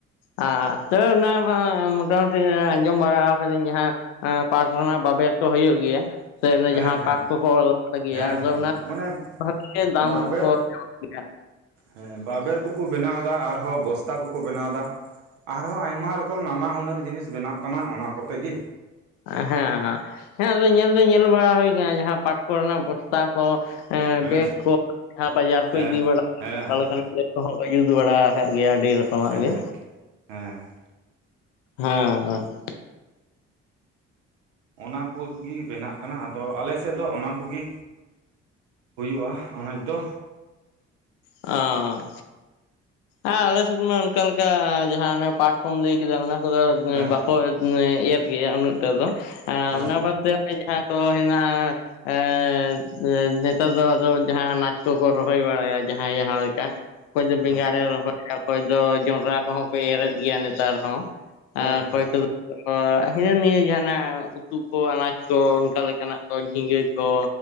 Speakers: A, on the left; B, on the right.
A: ᱟ ᱛᱚ ᱚᱱᱟ ᱢᱟ ᱢᱚᱴᱟᱢᱩᱴᱤ ᱟᱸᱡᱚᱢ ᱵᱟᱲᱟ ᱟᱠᱟᱫᱤᱧ ᱡᱟᱦᱟᱸ ᱮᱸ ᱯᱟᱴ ᱨᱮᱱᱟᱜ ᱵᱟᱵᱮᱨ ᱠᱚ ᱦᱩᱭᱩᱜ ᱜᱮᱭᱟ᱾ ᱥᱮ ᱚᱱᱮ
B: ᱦᱮᱸ
A: ᱡᱟᱦᱟᱸ
B: ᱦᱮᱸ
A: ᱯᱟᱴᱷ ᱠᱚᱠᱚ ᱚᱞ ᱜᱮᱭᱟ
B: ᱦᱮᱸ
A: ᱟᱫᱚ
B: ᱦᱮᱸ
A: ᱚᱱᱟ
B: ᱚᱱᱮ
A: ᱵᱷᱟᱜᱮᱜᱮ ᱫᱟᱢ
B: ᱵᱟᱵᱮᱨ
A: ᱠᱚ ᱧᱟᱢᱚᱜ ᱜᱮᱭᱟ᱾
B: ᱦᱮᱸ ᱵᱟᱵᱮᱨ ᱠᱚᱠᱚ ᱵᱮᱱᱟᱣ ᱮᱫᱟ ᱟᱨᱦᱚᱸ ᱵᱚᱥᱛᱟ ᱠᱚᱠᱚ ᱵᱮᱱᱟᱣ ᱮᱫᱟ ᱟᱨᱦᱚᱸ ᱟᱭᱢᱟ ᱨᱚᱠ ᱠᱚ ᱱᱟᱱᱟ ᱦᱩᱱᱟᱹᱨ ᱡᱤᱱᱤᱥ ᱵᱮᱱᱟᱜ ᱠᱟᱱᱟ ᱚᱱᱟ ᱠᱚᱛᱮ ᱜᱤ᱾
A: ᱦᱮᱸ ᱦᱮᱸ ᱦᱮᱸ ᱟᱫᱚ ᱧᱮᱞ ᱫᱚ ᱧᱮᱞ ᱵᱟᱲᱟ ᱦᱩᱭ ᱟᱠᱟᱱᱟ ᱡᱟᱦᱟᱸ ᱯᱟᱴᱷ ᱠᱚᱨᱮᱱᱟᱜ ᱵᱚᱥᱛᱟ ᱠᱚ, ᱮᱸ
B: ᱦᱮᱸ
A: ᱵᱮᱜᱽ ᱠᱚ ᱡᱟᱦᱟᱸ ᱵᱟᱡᱟᱨ ᱠᱚ
B: ᱦᱮᱸ
A: ᱤᱫᱤ ᱵᱟᱲᱟ ᱦᱩᱭᱩᱜ
B: ᱦᱮᱸ ᱦᱮᱸ
A: <unintelligible> ᱠᱚᱦᱚᱸ ᱠᱚ ᱡᱩᱛ ᱵᱟᱲᱟ ᱠᱟᱜ ᱜᱮᱭᱟ ᱟᱹᱰᱤ ᱨᱚᱠᱚᱢᱟᱜ
B: ᱦᱮᱸ
A: ᱜᱮ᱾
B: ᱦᱮᱸ
A: ᱦᱮᱸ ᱛᱚ᱾
B: ᱚᱱᱟ ᱠᱚᱜᱤ ᱵᱮᱱᱟᱜ ᱠᱟᱱᱟ ᱟᱫᱚ ᱟᱞᱮᱥᱮᱫ ᱫᱚ ᱚᱱᱟ ᱠᱩᱜᱤ ᱦᱩᱭᱩᱜᱼᱟ ᱟᱱᱟᱪᱽ ᱫᱚ
A: ᱚᱸᱻ ᱟᱨ ᱟᱞᱮᱥᱮᱫ ᱢᱟ ᱚᱱᱠᱟ ᱞᱮᱠᱟ ᱡᱟᱦᱟᱸ ᱚᱱᱮ ᱯᱟᱴ ᱠᱚᱚᱢ ᱞᱟᱹᱭ ᱠᱮᱫᱟ ᱚᱱᱟ ᱠᱚᱫᱚ
B: ᱦᱮᱸ
A: ᱵᱟᱠᱚ ᱮᱨ ᱜᱮᱭᱟ ᱩᱱᱟᱹᱜ ᱴᱟ ᱫᱚ ᱟᱨ
B: ᱦᱮᱸ
A: ᱚᱱᱟ ᱵᱟᱫᱮ ᱚᱱᱮ ᱡᱟᱦᱟᱸ ᱛᱚ ᱦᱱᱟᱜ-ᱟ, ᱮᱸᱫᱻ ᱱᱮᱛᱟᱨ ᱫᱚ ᱟᱫᱚ ᱡᱟᱦᱟᱸᱭ ᱟᱱᱟᱪᱽ ᱠᱚᱠᱚ ᱨᱚᱦᱚᱭ ᱵᱟᱲᱟᱭᱟ ᱡᱟᱦᱟᱸᱭ ᱡᱟᱦᱟᱸᱞᱮᱠᱟ, ᱚᱠᱚᱭ ᱫᱚ ᱵᱮᱸᱜᱟᱲᱮ
B: ᱦᱮᱸ
A: ᱨᱚᱦᱚᱭᱟ ᱚᱠᱚᱭ ᱫᱚ ᱡᱚᱸᱰᱨᱟ ᱠᱚᱦᱚᱸ ᱠᱚ ᱮᱨᱮᱫ ᱜᱮᱭᱟ ᱱᱮᱛᱟᱨ ᱦᱚᱸ᱾
B: ᱦᱮᱸ
A: ᱟᱸ ᱚᱠᱚᱭ ᱠᱚ ᱚᱻ ᱦᱤᱱᱟᱹ ᱱᱤᱭᱟᱹ ᱡᱟᱦᱟᱸᱱᱟᱜ ᱩᱛᱩ ᱠᱚ ᱟᱱᱟᱪ ᱠᱚ ᱚᱱᱠᱟ ᱞᱮᱠᱟᱱᱟᱜ ᱠᱚ ᱡᱷᱤᱸᱜᱟᱹ ᱠᱚ,